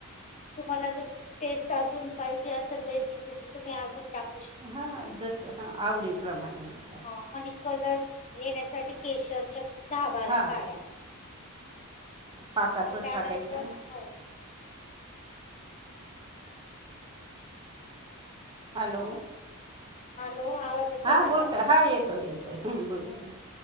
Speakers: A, on the left (about 30°); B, on the right (about 20°).
A: तुम्हाला जर टेस्ट अजून पाहिजे असेल वेल तर तुम्ही अजून टाक
B: हा जस हा आवडीप्रमाणे आपला
A: हा आणि कलर येण्यासाठी केशरच्या धा बारा
B: हां
A: काढ्या
B: पाककातच
A: त्यानंतर
B: टाकाय पना
A: हो
B: हॅलो
A: हॅलो आवाज येतोय
B: हा
A: माझा
B: बोलकी हा येतोय येतोय बोला बला